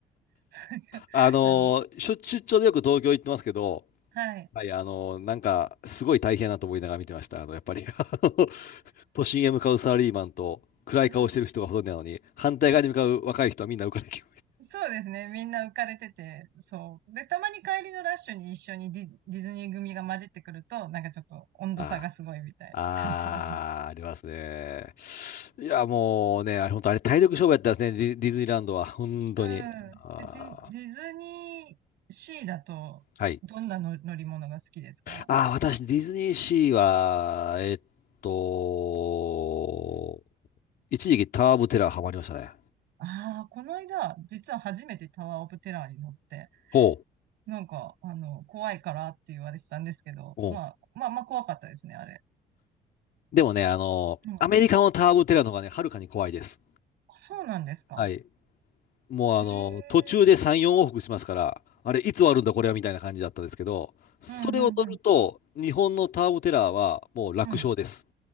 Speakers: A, on the right (about 75°); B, on the left (about 60°).
A: なんかあの
B: あの、しょ出張でよく東京行ってますけど、
A: はい。
B: はい、あの、なんか、すごい大変だなと思いながら見てました。あの、やっぱりあの <laughs> 都心へ向かうサラリーマンと、暗い顔してる人がほとんどなのに、
A: そうそ
B: 反対側に向かう若い人はみんな浮かれ気分。
A: う。
B: <laughs>
A: そうですね。みんな浮かれてて、そう。で、たまに帰りのラッシュに一緒にディ、ディズニー組が混じってくると、なんかちょっと温度差がすごいみたいな感じはありますけ
B: ああ、ああ、ありますね。いや、もうね、あれ、本当あれ、体力勝負やったんですね、ディ、ディズニーランドは。本当に。
A: どうん。
B: あ
A: ど。で、ディ、ディズニーシーだと、
B: あ、はい。
A: どんなの乗り物が好きですか
B: ああ、私、ディズニーシーは、えっと、一時期タワーオブテラーハマりましたね。
A: ああー、この間、実は初めてタワーオブテラーに乗って、
B: ほ
A: なんか、あの、怖いからって言われてたんですけど、
B: う。
A: まあ、まあまあ怖かったですね、あれ。
B: でもね、あの、
A: うん。あ
B: アメリカのターボテラの方がね、はるかに怖いです。
A: そうなんですか。
B: はい。もうあの、
A: へえ。
B: 途中で3、4往復しますから、あれ、いつ終わるんだ、これは、みたいな感じだったんですけど、それを乗ると、
A: うん、うん、うん。
B: 日本のターボテラーはもう楽勝です。
A: うん